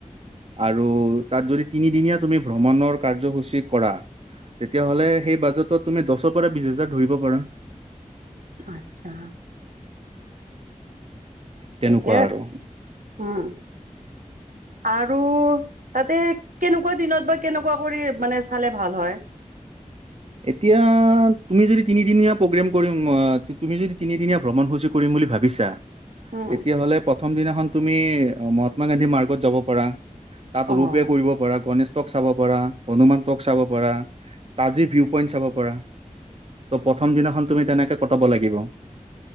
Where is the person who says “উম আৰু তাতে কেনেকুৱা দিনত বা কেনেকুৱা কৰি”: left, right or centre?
Right